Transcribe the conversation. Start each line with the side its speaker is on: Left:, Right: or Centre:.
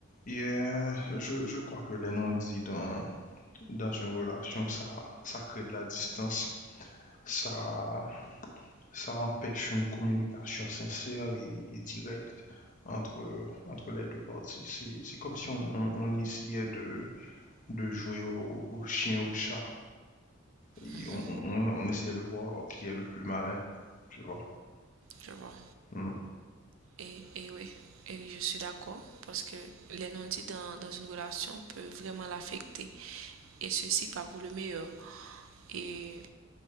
Left: Et euh, je, je crois que les non-dits dans, dans une relation, ça, ça crée de la distance, ça, ça empêche une communication sincère et, et directe entre, entre les deux parties. C'est, c'est comme si on, on, on essayait de, de jouer au, au- chien, au chat, et
Right: Mhm,
Left: on, on, on essayait de voir qui est le plus malin, tu vois.
Right: je vois.
Left: Mm.
Right: Et, et oui, et je suis d'accord parce que les non-dits dans, dans une relation peut vraiment l'affecter. Et ceci pas pour le meilleur. Et